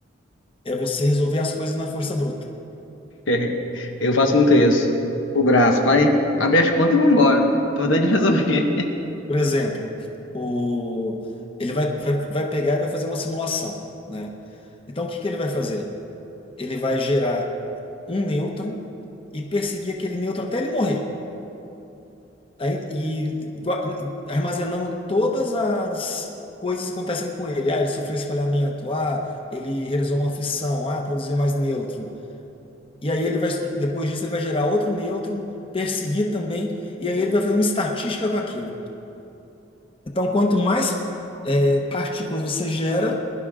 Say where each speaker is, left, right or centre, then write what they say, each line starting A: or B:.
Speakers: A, on the left; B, on the left.
A: é você resolver as coisas na força bruta.
B: <laughs> Eu faço muito isso. O braço, vai, abre as contas e vambora. Importante é resolver. <laughs>
A: Por exemplo, o... ele vai, vai, vai pegar e vai fazer uma simulação, né? Então, o que que ele vai fazer? Ele vai gerar um nêutron e perseguir aquele nêutron até ele morrer. Aí, e gua- armazenando todas as coisas que acontecem com ele. Ah, ele sofreu espalhamento. Ah, ele realizou uma fissão. Ah, produziu mais nêutron. E aí ele vai, depois disso, ele vai gerar outro nêutron, perseguir também, e aí ele vai fazer uma estatística com aquilo. Então, quanto mais eh, partículas você gera,